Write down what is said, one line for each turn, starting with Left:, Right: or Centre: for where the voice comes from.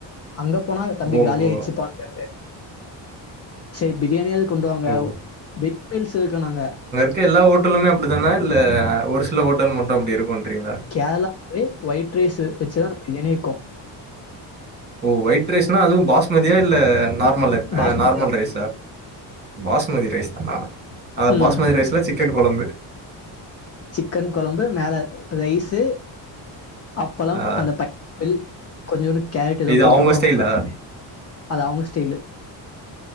Left: அங்க போனா தம்பி
Right: ஓஹோ!
Left: காலியாச்சுப்பான்டாங்க சரி பிரியாணியாது கொண் டுவாங்க
Right: ஓ
Left: வெஜ் மீல்ஸ் இருக்குனாங்க
Right: க்க எல்லா ஓட்டலுமே அப்டி தானா இல்ல ஒரு சில ஓட்டல் மட்டு அப்டி இருக்குன்றீங்களா
Left: கேர்ளாவே ஒயிட் ரைஸு வச்சுதா பிரியாணியே இருக்கூ
Right: ஓ ஒயிட் ரைஸ்னா அதுவும் பாஸ்மதியா இல்ல நார்மல் அ
Left: பாஸ்மதி
Right: அ நார்மல்
Left: தான்.
Right: ரைஸா பாஸ்மதி ரைஸ் தானா அத
Left: ம்.
Right: பாஸ்மதி ரைஸ் ல சிக்கன் கொழம்பு
Left: சிக்கன் கொழம்பு மேல ரைஸு அப்பளம்
Right: அ
Left: அந்த பைனாப்பிள் கொஞ்சூண்டு கேரட் எதோ
Right: இது
Left: போட்ருப்பாங்க
Right: அவங்க ஸ்டைலா?
Left: போல அது அவுங்க ஸ்டைலு